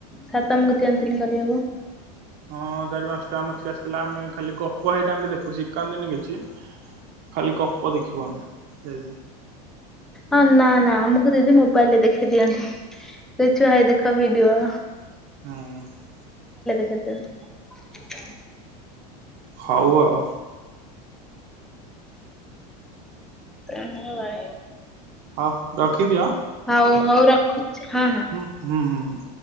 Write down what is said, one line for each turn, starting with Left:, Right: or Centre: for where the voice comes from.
Centre: ସାର୍ ତ ଆମକୁ ଦିଅନ୍ତିନି କରିବାକୁ
Right: ହଁ ଚାରି ପାଞ୍ଚଟା ମସ୍କି ଆସିଥିଲା ଆମେ ଖାଲି ଗପ ହେଇ ଟାଇ ରେ ଦେଖୁ ଶକାନ୍ତିିନି କିଛି ଖାଲି ଗପ ଦେଖିବୁ ଆମେ ଯାଇ
Centre: ହଁ ନା ନା ଆମକୁ ଦିଦି ମୋବାଇଲରେ ଦେଖେଇ ଦିଅନ୍ତି ସେ ଭାଇ ଦେଖ ଭିଡିଓ।
Right: ହୁଁ।
Centre: <inaudible>
Right: ହଉ ଆଉ।
Centre: ତେ ଭାଇ
Right: ହଁ ରଖିଦିଅ
Centre: ହଉ ହଉ ରଖୁଛି। ହଁ ହଁ।
Right: ହୁଁ ହୁଁ ହୁଁ ହୁଁ।